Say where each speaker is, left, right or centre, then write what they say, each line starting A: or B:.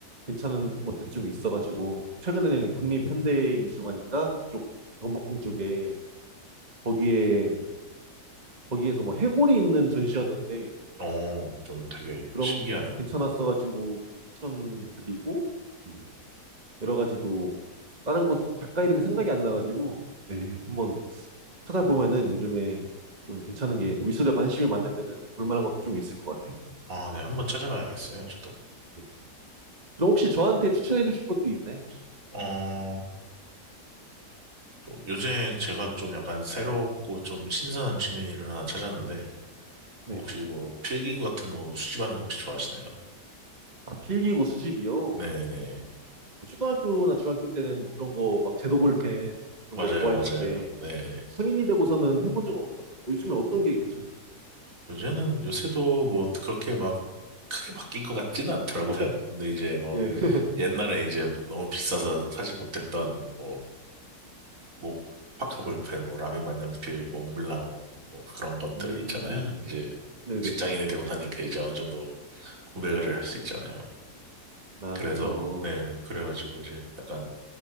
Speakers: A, on the right; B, on the right.
A: 괜찮은 것들이 좀 있어가지고, 최근에는
B: 음.
A: 국립현대미술관인가? 그쪽, 경복궁 쪽에, 거기에, 거기에서 뭐 해골이 있는 전시였는데,
B: 어, 좀 되게
A: 그런,
B: 신기하네요.
A: 괜찮았어가지고 추천드리고, 음, 여러 가지도, 다른 곳, 작가 이름이 생각이 안 나가지고, 네, 한번 찾아보면은 요즘에 좀 괜찮은 게, 미술에 관심이 많으면은 볼만한 것도 좀 있을 것 같아요.
B: 아, 네, 한번 찾아봐야겠어요, 저도.
A: 네. 그럼 혹시 저한테 추천해 주실 것도 있나요, 혹시?
B: 어, 또 요새 제가 좀 약간 새롭고 좀 신선한 취미를 하나 찾았는데,
A: 네.
B: 어, 혹시 뭐 필기구 같은 거 뭐 수집하는 거 혹시 좋아하시나요?
A: 아, 필기고 수집이요? 뭐
B: 네네.
A: 초등학교나 중학교 때는 뭐 그런 거, 막 제도 볼펜 그런
B: 맞아요,
A: 거 좋아했는데,
B: 맞아요. 네네.
A: 성인이 되고서는 해본 적은 없는 것 같아요. 뭐 요즘에 어떤 게 괜찮나요?
B: 요새는, 요새도 뭐 그렇게 막 크게 바뀐 것 같지는 않더라고요. 근데 이제 뭐
A: 예. <laughs>
B: 옛날에 이제 너무 비싸서 사지 못했던 뭐, 뭐, 파카볼펜, 뭐, 라미 만년필, 몽블랑, 뭐 그런 것들
A: 음,
B: 있잖아요. 이제
A: 네네.
B: 직장인이 되고 다니까 이제 어느 정도 구매를 할 수 있잖아요.
A: 아,
B: 그래서,
A: 그쵸.
B: 네네. 그래가지고 이제 약간